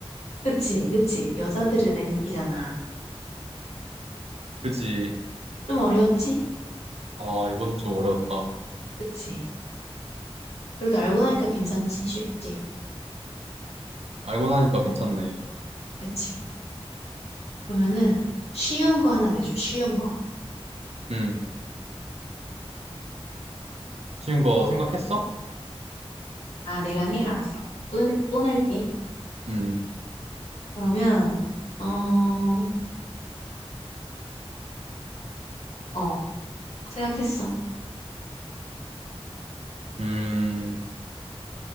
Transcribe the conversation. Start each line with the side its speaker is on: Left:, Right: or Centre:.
Left: 그치, 그치. 여자들은 엔딩이잖아.
Right: 그지.
Left: 좀 어려웠지?
Right: 아, 이건 좀 어려웠다.
Left: 그치. 그래도 알고 나니까 괜찮지, 쉽지.
Right: 알고 나니까 괜찮네.
Left: 그치. 그러면은 쉬운 거 하나 내줘, 쉬운 거.
Right: 음, 쉬운 거 생각했어?
Left: 아, 내가 내? 알았어. 또, 내- 또 낼게.
Right: 음,
Left: 그러면, 어, 어, 어, 생각했어.
Right: 음,